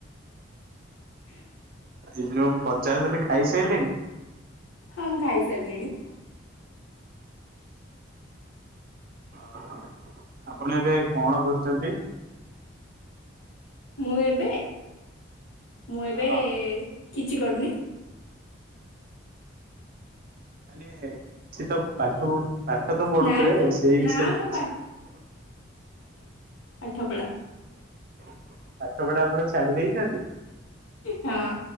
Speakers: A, on the left (about 85°); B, on the right (about 45°).
A: ହୁଁ।
B: ଏଇ ଯୋଉ ମୁଁ ପଚାରୁଥିଲି ଖାଇସାଇଲେଣି?
A: ହ ମୁଁ ଖାଇସାରିଲିଣିି।
B: ଓ ହ ଆପଣ ଏବେ କଣ ପଢୁଛନ୍ତି?
A: ମୁଁ ଏବେ ମୁଁ ଏବେ
B: ହଁ
A: କିଛି କରୁନି।
B: ମାନେ କିଛି ତ ପାଠ ପଢ ପାଠ ତ ପଢୁଥିବେ
A: ନାଇଁ ମୁଁ
B: ସେଇ ବିଷୟରେ
A: ନା ମୁଁ
B: ପଚାରୁଛି?
A: ପାଠପଢା
B: ପାଠପଢା ଆଉ କଣ ଛାଡିଦେଇଛନ୍ତି?
A: ହଁ